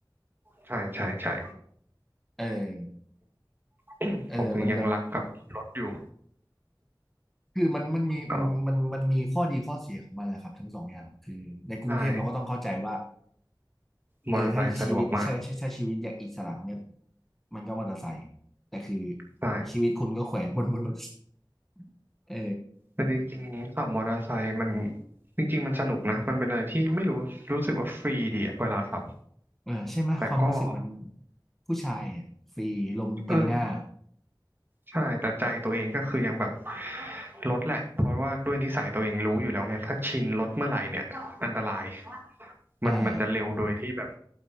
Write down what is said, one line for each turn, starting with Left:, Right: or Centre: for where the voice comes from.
Right: ใช่ใช่ใช่
Centre: เออ
Right: <coughs>
Centre: เออมันแบบ
Right: ผมถึงยังรักกับรถอยู่
Centre: คือมันมันมีมันมันมันมีข้อดีข้อเสียของมันแหละครับทั้งสองอย่างคือในกรุงเทพเราก็ต้องเข้าใจว่า
Right: ก็ใช่
Centre: เออถ้าชีวิตใช่ใช่ใช่ชีวิตอยากอิสระเนี่ย
Right: มอเตอร์ไซค์สะดวกมาก
Centre: มันก็มอเตอร์ไซค์แต่คือ
Right: ใช่
Centre: ชีวิตคุณก็แขวนบนบนรถ <laughs> เออ
Right: แต่จริงๆขับมอเตอร์ไซค์มันจริงๆมันสนุกนะมันเป็นอะไรที่ไม่รู้รู้สึกว่าฟรีดีอะเวลาขับ
Centre: เออใช่ไหมความรู้สึกมัน
Right: แต่ก็
Centre: ผู้ชายอะฟรีลมตีหน้า
Right: เออใช่แต่ใจตัวเองก็คือยังแบบรถแหละเพราะว่าด้วยนิสัยตัวเองรู้อยู่แล้วไงถ้าชินรถเมื่อไหร่เนี่ยอันตรายมันมันจะเร็วโดยที่แบบ
Centre: อ่า